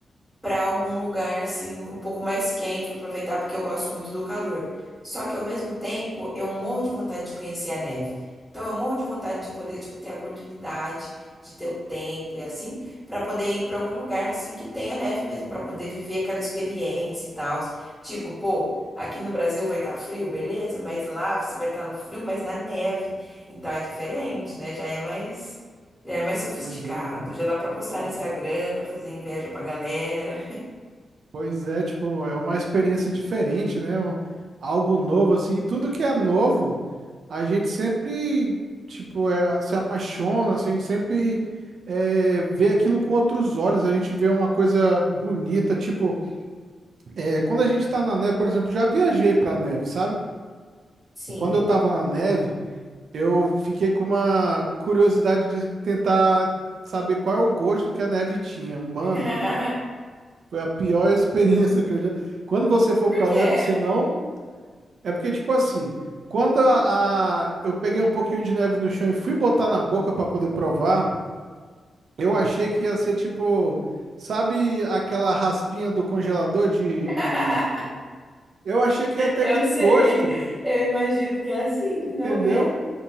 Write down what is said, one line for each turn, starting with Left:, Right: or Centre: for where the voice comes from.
Centre: para algum lugar assim um pouco mais quente para aproveitar porque eu gosto muito do calor. Só que ao mesmo tempo eu morro de vontade de conhecer a neve. Então eu morro de vontade de poder tipo ter a oportunidade de ter o tempo e assim para poder ir para algum lugar assim que tenha neve mesmo para poder viver aquela experiência e tal. Tipo, pô, aqui no Brasil vai estar frio, beleza, mas lá você vai estar no frio, mas na neve. Então é diferente, né? Já é mais já é mais sofisticado,
Right: Pois é, um-
Centre: já dá pra postar no
Right: é um-
Centre: Instagram, pra fazer inveja pra galera.
Right: Pois é, tipo, é uma experiência diferente, né? Um- Algo novo, assim. E tudo que é novo, a gente sempre, tipo, é, se apaixona, assim, a gente sempre é, vê aquilo com outros olhos, a gente vê uma coisa bonita, tipo, é, quando a gente tá na neve, por exemplo, já viajei pra neve, sabe?
Centre: Sim.
Right: Quando eu tava na neve, eu fiquei com uma curiosidade de tentar saber qual é o gosto que a neve tinha. Mano,
Centre: <laughs>
Right: foi a pior <laughs> experiência que eu já... Quando você for
Centre: Por
Right: pra
Centre: quê?
Right: neve, você não É porque, tipo assim, quando a, a- eu peguei um pouquinho de neve no chão e fui botar na boca pra poder provar, eu achei que ia ser tipo, sabe aquela raspinha do congelador de,
Centre: <laughs>
Right: de... Eu achei que ia ter
Centre: Eu
Right: aquele
Centre: sei.
Right: gosto,
Centre: Eu imagino que é assim,
Right: entendeu?
Centre: não é?